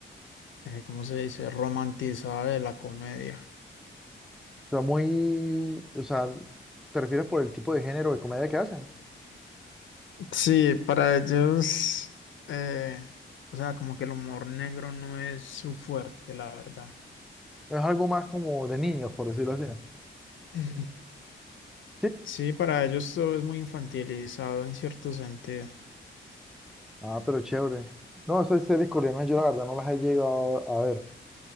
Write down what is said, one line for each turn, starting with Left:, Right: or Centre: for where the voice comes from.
Left: eh, ¿cómo se dice?, romantizada de la comedia.
Centre: sea, muy, o sea, ¿te refieres por el tipo de género de comedia que hacen?
Left: Sí, para ellos, eh, o sea, como que el humor negro no es su fuerte, la verdad.
Centre: Es algo más como de niños, por decirlo así.
Left: <laughs> <clears throat>
Centre: Sí.
Left: Sí, para ellos todo es muy infantilizado en cierto sentido.
Centre: Ah, pero chévere. No, esas series coreanas yo la verdad no las he llegado a ver.